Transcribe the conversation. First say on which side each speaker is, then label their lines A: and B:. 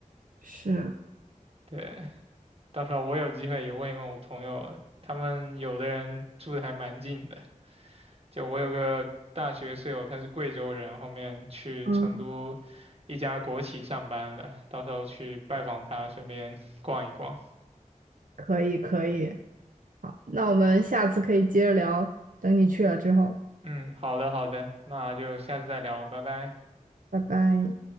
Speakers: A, on the right; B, on the right.
A: 是，
B: 对，到时候我有机会也问一问我朋友，他们有的人住的还蛮近的。就我有个大学室友，他是贵州人，后面去成都
A: 嗯，
B: 一家国企上班了，到时候去拜访他，顺便逛一逛。
A: 可以，可以。好，那我们下次可以接着聊，等你去了之后，
B: 嗯，好的好的，那就下次再聊，拜拜。
A: 拜拜。